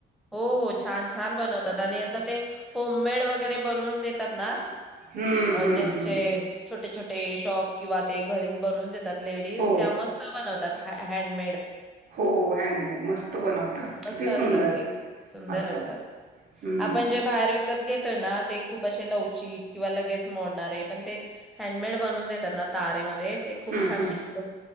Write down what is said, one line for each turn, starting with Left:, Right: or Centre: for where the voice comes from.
Centre: हो हो छान छान बनवतात आणि आता ते होम मेड वगैरे बनवून देतात ना
Right: हम्म
Centre: अ
Right: हम्म
Centre: जेचे
Right: हम्म
Centre: छोटे छोटे ते शॉप किंवा ते घरीच बनवून देता त्यात लेडिज
Right: हो
Centre: त्या मस्त बनव...... देतात हँडमेड...
Right: हो हॅडमेड मस्त बनवता
Centre: मस्त
Right: किती
Centre: असतात
Right: सुंदर
Centre: ते, सुंदर
Right: असं
Centre: असतात
Right: हम्म
Centre: आपण जे बाहेर विकत घेतोयना ह‌् ते खूप असे लवचिक किंवा लगेच मोडणारे पण ते हॅडमेड बनऊन देतात ना तारेमध्ये... ते खूप
Right: हम्
Centre: छान
Right: हम्
Centre: टिकतं.